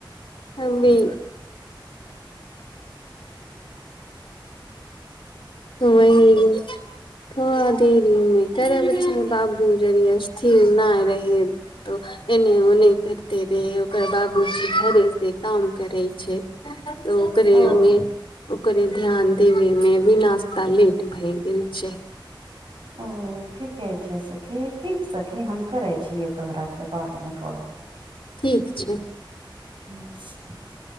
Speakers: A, on the left; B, on the right.
A: हम भी त वही थोड़ा देरी मे करब बाबु पुजेर स्थिर नाय रहब एने ओने करते रहै ओकर बाबूजी घरे सँ काम करै छै तऽ ओकरे
B: ओ
A: मे ओकरे ध्यान देवे मे भी नाास्ता लेट भए गेल छै
B: ओ ठीके छै सखी ठीक सखी हम करै छियै तोहराके बादमे कॉल
A: ठीक छै
B: <unintelligible>